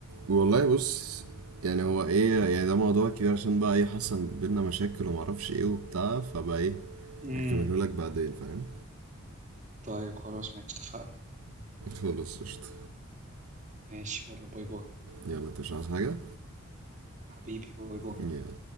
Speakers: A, on the right; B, on the right.
A: والله بص يعني هو ايه يعني ده موضوع كبير عشان بقى ايه حصل بينا مشاكل ومعرفش ايه وبتاع فبقى ايه
B: إمم.
A: اكمله لك بعدين فاهم
B: طيب خلاص ماشي اتفقنا.
A: خلاص قشطة
B: ماشي، يالّا باي، باي.
A: يلا انت مش عايز حاجة
B: حبيبي، باي، باي.
A: يلا